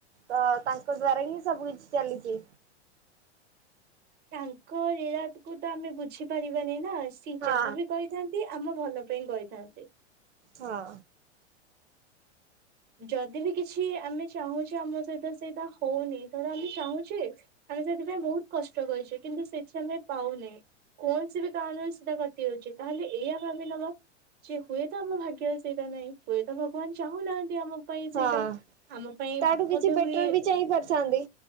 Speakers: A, on the right; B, on the right.
A: ତ ତାଙ୍କ ଦ୍ଵାରା ହିଁ ସବୁ କିଛି ଚାଲିଚି।
B: ତାଙ୍କ ଲୀଳା କୁ ତ ଆମେ ବୁଝିପାରିବାନି ନା। ସେ
A: ହଁ
B: ଯାହା ବିି କରିଥାନ୍ତି ଆମ ଭଲ ପାଇଁ କରିଥାନ୍ତି।
A: ହଁ।
B: ଯଦି ବି କିଛି ଆମେ ଚାହୁଁଚେ ଆମ ସହିତ ସେଇଟା ହଉନି। ଧର ଆମେ ଚାହୁଁଚେ ଆମେ ସେଥିପାଇଁ ବହୁତ କଷ୍ଟ କରିଚେ। କିନ୍ତୁ ସେ କିଛି ଆମେ ପାଉନେ। କୌଣସି ବି କାରଣରେ ସେଟା କଟି ଯାଉଛି। ତାହେଲେ ଏଇଆ ଭାବି ନବା ଯେ ହୁଏତ ଆମ ଭାଗ୍ୟର ସେଇଟା ନାହିଁ। ହୁଏତ ଭଗବାନ ଚାହୁଁନାହାନ୍ତି। ଆମ ପାଇଁ ସେଇଟା
A: ହଁ
B: ଆମ ପାଇଁ
A: ତାଠୁ କିଛି
B: ବୋଧେ
A: ବେଟର
B: ହୁଏ
A: ବି ଚାହିଁ ପାରିଥାନ୍ତି